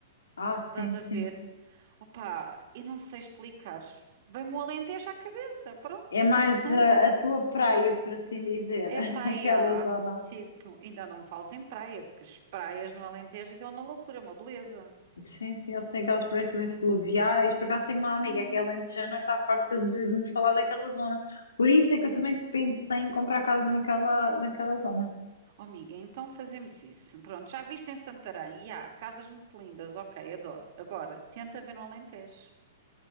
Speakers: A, on the left; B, on the right.
A: Ah, sim,
B: estás a ver?
A: sim.
B: Opá, eu não sei explicar. Vem-me o Alentejo à cabeça. Pronto,
A: É mais
B: não sei.
A: ah, a, tua praia, por assim dizer,
B: É
A: <laughs>
B: praia.
A: aquela zona.
B: Tipo, ainda não me fales em praia, porque as praias no Alentejo aquilo é uma loucura, uma beleza.
A: Sim, sim, eles têm aquelas praias também fluviais. Por acaso tenho uma
B: Sim.
A: amiga que é alentejana, está farta de, de me falar daquela zona. Por isso é que eu também pensei em comprar casa naquela, naquela zona.
B: Oh, amiga, então fazemos isso. Pronto, já viste em Santarém? E há casas muito lindas, ok, adoro. Agora, tenta ver no Alentejo.